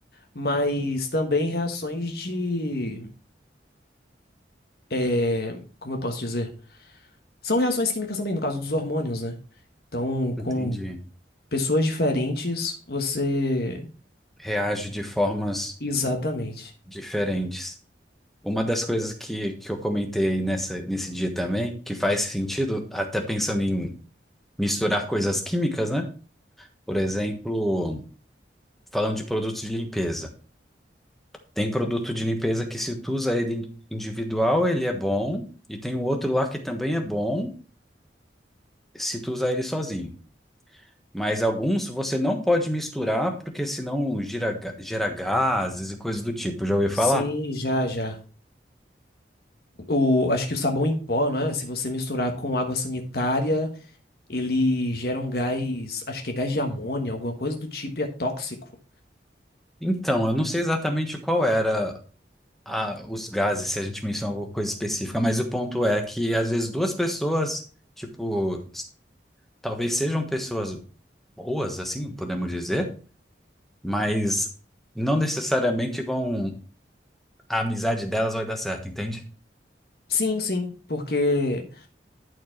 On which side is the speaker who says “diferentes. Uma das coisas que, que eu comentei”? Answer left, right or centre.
Centre